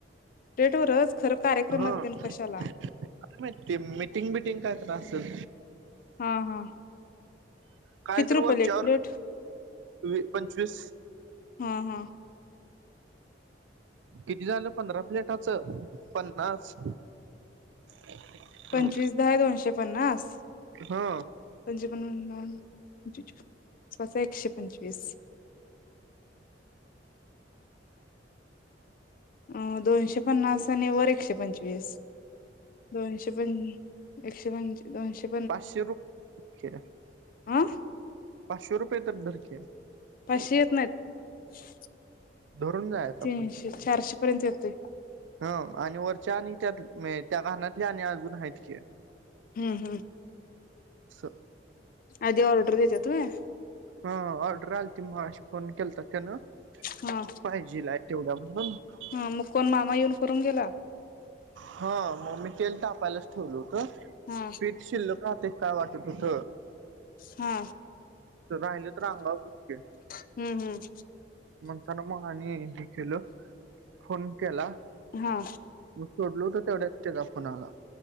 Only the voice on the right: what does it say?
हा
काय माहिती मिटिंग बिटिंग काय तर असल
काय
तर
वरच्यावर
पंचवीस
किती झालं पंधरा प्लेटाचं पन्नास ह
ह
पाचशे रुपय
पाचशो रुपये तर धरकी
धरून जायच आपण
ह वरच्या आणि त्या त्या कानातल्या आणि अजून आहेत की
स
हा ऑर्डर आलती मगाशी फोन केल तक्यान
पाहिजे ला तेवढा म्हणून
हा मम्मी तेल तापायलाच ठेवलं होतं
पीठ शिल्लक राहते काय वाटत तुथ
राहिल तर रांगावरक
म्हणताना मग आणि हे केलं फोन केला
मग सोडलो होतो तेवढ्यात तेजा फोणाला-